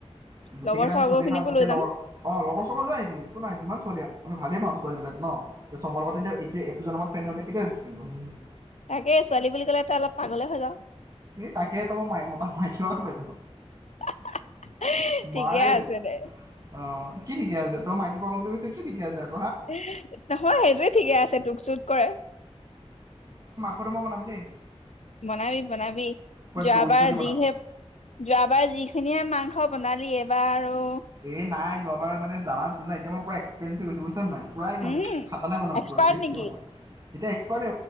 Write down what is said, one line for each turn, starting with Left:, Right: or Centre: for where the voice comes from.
Right: গোটেই
Left: লগৰ
Right: কেইটা
Left: চগৰ
Right: আমি চবেই
Left: খিনিকো
Right: খাম গোটেই
Left: লৈ যাম
Right: লগৰ অ লগৰ চগৰ লৈ আহিম একো নহয় যিমান ছোৱালী আও ভালে পাওঁ ছোৱালী বিলাক ন চবৰ লগত এইটো এইটো জনমত ফ্ৰেড নহলে কেতিয়া ফ্ৰেড হব ন
Left: তাকে ছোৱালী বুলি ক'লে এ অলপ পা গলে হৈ যাওঁ
Right: ই তাকে তই মতা মাইকি ভাগত পাইছ
Left: <unintelligible> ঠিকে
Right: মাৰাগে
Left: আছে
Right: তোক
Left: দে।
Right: অ কি ঠিকে আছে তই মাইকি পাগল বুলি কৈছ কি ঠিকে আছে আৰু।
Left: অহ, নহয় সেইটোয়ে ঠিকে আছে তোক চুত কৰে।
Right: মাংসতো মই বনাম দেই।
Left: বনাবি। বনাবি
Right: পুৰা
Left: যোৱাবাৰ
Right: দৈ চৈ দি বনাম
Left: যিহে যোৱাবাৰ যিখিনিহে মাংস বনালি এইবাৰো
Right: এ নাই। যোৱা বাৰ মানে জানা নাছিলোঁ না এতিয়া মোৰ পোৰা এক্সপিৰিয়েন্স হৈ গৈছে বুজিছ নাই। পূৰা একদম
Left: উম
Right: খাতৰনাক বনাম
Left: এক্সপাৰ্ট
Right: পোৰা টেষ্টি
Left: নেকি
Right: বনাম। এতিয়া এক্সপাৰ্ট